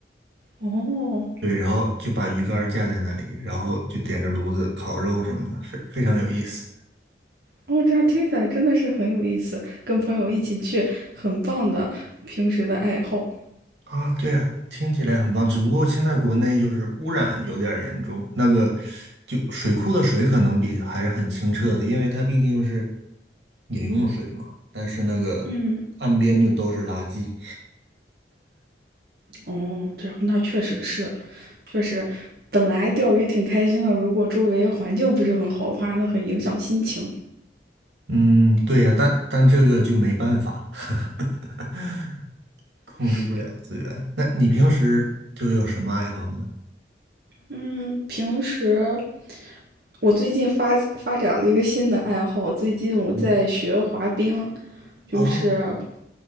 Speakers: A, on the right; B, on the right.
A: 哦，
B: 对，然后就把鱼竿架在那里，然后就点着炉子烤肉什么的，非非常有意思。
A: 哦，这样听起来真的是很有意思，跟朋友一起去，很棒的平时的爱好。
B: 啊，对啊，听起来很棒。只不过现在国内就是污染有点儿严重，那个就水库的水可能比还是很清澈的，因为它毕竟是饮用水嘛。但是那个岸边就都是垃圾。
A: 嗯，哦，这样那确实是，确实，本来钓鱼挺开心的，如果周围环境不是很好的话，那很影响心情。
B: 嗯，对呀，但但这个就没办法，<laughs> 控制不了资源。
A: 是，
B: 那你平时就有什么爱好呢？
A: 嗯，平时我最近发发展了一个新的爱好，最近我在学滑冰，
B: 嗯，
A: 就是
B: 哦